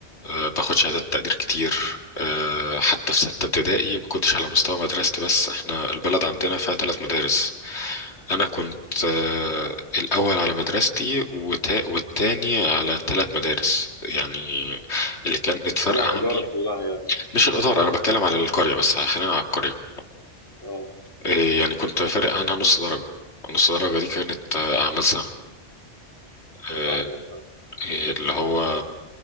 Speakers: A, on the left; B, on the left.
A: آه، باخد شهادات تقدير كتير آه، حتى في ستة ابتدائي ما كنتش على مستوى مدرستي بس احنا البلد عندنا فيها ثلاث مدارس أنا كنت آه، الأول على مدرستي وتا- والتاني على ثلاث مدارس يعني اللي كانت فارقة
B: طلع
A: عني
B: الإدارة كلها يعني
A: مش الإدارة أنا بتكلم على القرية بس خلينا على القرية
B: اه
A: آه، يعني كنت فارق عنها نص درجة نص درجة دي كانت آه، أعمال سنة آه،
B: فاهمك آه.
A: إيه اللي هو